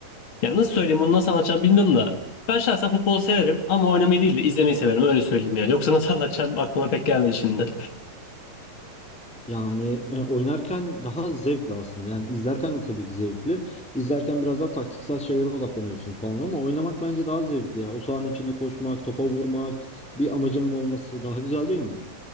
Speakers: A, on the left; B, in the centre.
A: Ya nasıl söyleyeyim bunu nasıl anlatacağım bilmiyorum da. Ben şahsen futbolu severim ama oynamayı değil de izlemeyi severim öyle söyleyeyim ya. Yoksa nasıl anlatacağım aklıma pek gelmedi şimdi.
B: Yani e, oynarken daha zevkli aslında. Yani izlerken de tabii ki zevkli. İzlerken biraz daha taktiksel şeylere odaklanıyorsun falan ama oynamak bence daha zevkli. ya. O sahanın içinde koşmak, topa vurmak, bir amacının olması daha güzel değil mi?